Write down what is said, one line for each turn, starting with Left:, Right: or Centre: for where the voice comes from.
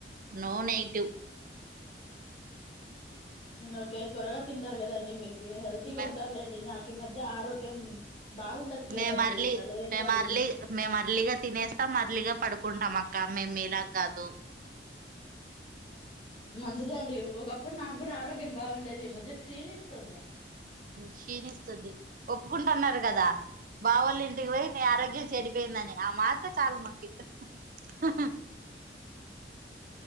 Right: నో నెగిటివ్
Left: ఓకే త్వరగా తింటారు కదండి మీకు హల్తిగా
Right: మే
Left: ఉంటారులేండిక మ అది ఆరోగ్యం బాగుండట్లేదండి
Right: మే మరలి
Left: ఇలా లేట్
Right: మేము
Left: గా
Right: మరలి
Left: తిని
Right: మేము ఎర్లీగా తినేస్తాం మరళగా పడుకుంటాం అక్క అక్క మేము మిలా కాదు
Left: మంచిదే అండి ఒకప్పుడు నాకు కూడా ఆరోగ్యం బాగుండేది ఈ మధ్య క్షీణిస్తుం తుంది
Right: క్షీణిస్తుంది ఒప్పుకుంటున్నారు కదా బావోళ్ళు ఇంటికి పోయి నీ ఆరోగ్యం చెడిపోయిందని ఆ మాత్ర చాల మాకి ఇ హహ